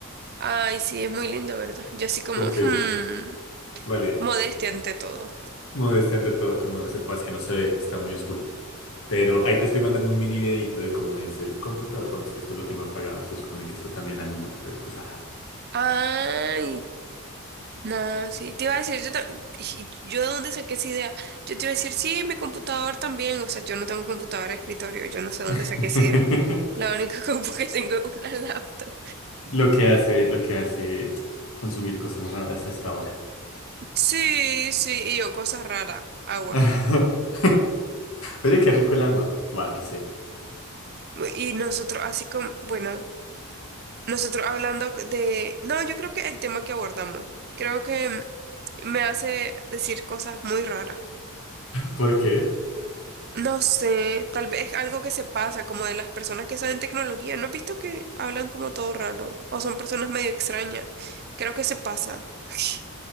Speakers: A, on the right; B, on the left.
A: Ay, sí, es muy lindo, ¿verdad? Yo así como,
B: Confirmo.
A: hmm,
B: Vale,
A: modestia ante todo.
B: modestia ante todo, como debe ser, pues que no se ve, está muy oscuro. Pero ahí te estoy mandando un mini videito de cómo es el computador. Bueno, es que esto lo tengo apagado. Se supone que esto también alumbra, pero pues ajá.
A: Ay, no, sí, te iba a decir, yo, ta- y- yo de dónde saqué esa idea. Yo te iba a decir, sí, mi computador también. O sea, yo no tengo computadora de escritorio, yo no sé dónde
B: <laughs>
A: saqué esa idea. La única <laughs> compu que tengo es una laptop.
B: Lo que hace, lo que hace consumir cosas raras hasta ahora.
A: Sí, sí, y yo, cosas raras, agua.
B: <laughs> Oye, qué rico el agua. Guau, qué sed.
A: Y nosotros, así como, bueno, nosotros hablando de, no, yo creo que el tema que abordamos, creo que me hace decir cosas muy raras.
B: ¿Por qué?
A: No sé, tal vez algo que se pasa, como de las personas que saben tecnología. ¿No has visto que hablan como todo raro? O son personas medio extrañas. Creo que se pasa. <laughs>